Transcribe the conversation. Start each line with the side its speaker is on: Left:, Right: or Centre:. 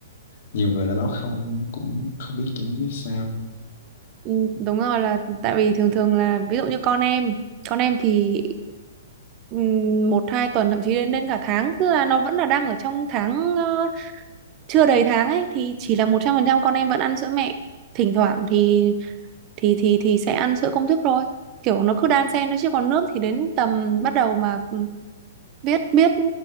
Left: nhiều người là báo không cũng không biết chẳng biết sao
Right: Ừ, đúng rồi là tại vì thường thường là ví dụ như con em con em thì ừm, một hai tuần thậm chí đến đến cả tháng cứ là nó vẫn là đang ở trong tháng ờ, chưa đầy tháng ấy thì chỉ là một trăm phần trăm con em vẫn ăn sữa mẹ thỉnh thoảng thì thì thì thì sẽ ăn sữa công thức thôi kiểu nó cứ đan xen nó chứ còn nước thì đến tầm bắt đầu mà ừ, biết biết